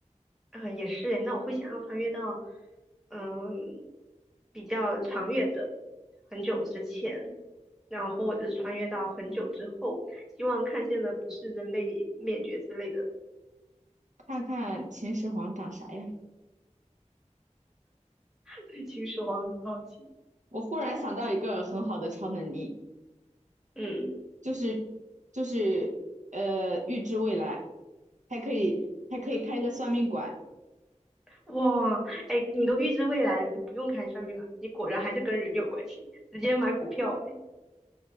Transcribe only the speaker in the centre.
嗯、也是诶，那我会想要穿越到，嗯，比较长远的，很久之前，然后或者是穿越到很久之后，希望看见的不是人类灭绝之类的。
<laughs> 对秦始皇很好奇，
嗯，
哇，哎，你都预知未来，就不用看算面了，你果然还是跟人有关系，直接买股票呗。